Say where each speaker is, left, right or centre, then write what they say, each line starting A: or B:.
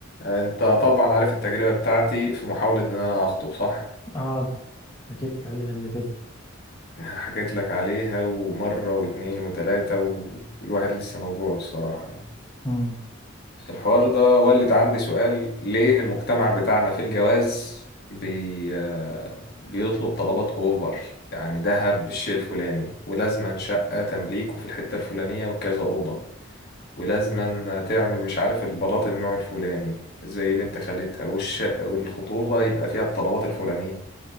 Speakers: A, on the left (about 50°); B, on the left (about 20°).
A: انت طبعا عارف التجربة بتاعتي في محاولة ان انا اخطب صح
B: اه حكيت لي عليها قبل كده
A: حكيت لك عليها ومرة واتنين وتلاتة و- والواحد لسه موجوع الصراحة يعني
B: مم.
A: الحوار ده ولد عندي سؤال ليه المجتمع بتاعنا في الجواز بي... آه، بيطلب طلبات اوفر يعني دهب بالشيء الفلاني ولازما شقة تمليكه في الحتة الفلانية وكذا أوضة ولازما تعمل مش عارف البلاط النوع الفلاني زي بنت خالتها والش... والخطوبة يبقى فيها الطلبات الفلانية